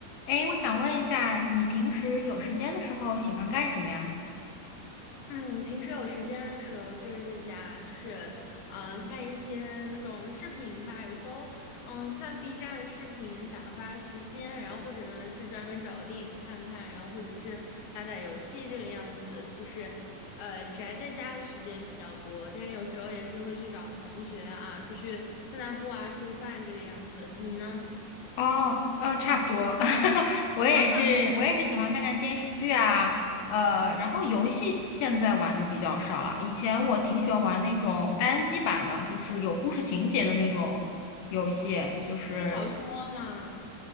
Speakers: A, on the left; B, on the left.
A: 哎，我想问一下，你平时有时间的时候喜欢干什么呀？
B: 嗯，平时有时间的时候，就是在家，就是嗯、呃看一些那种视频吧。有时候，嗯，看 B 站的视频打发时间，然后或者呢是专门找个电影看看，然后或者是打打游戏这个样子。就是呃，宅在家的时间比较多，但是有时候也是会去找同学啊，出去散散步啊，吃个饭这个样子。你呢？
A: 哦，呃，差不多，<laughs> 我也是，
B: <laughs> 哈哈，
A: 我也是喜欢看看电视剧啊，呃，然后游戏现在玩的比较少了。以前我挺喜欢玩那种单机版的，就是有故事情节的那种游戏，就是，
B: 你少说嘛，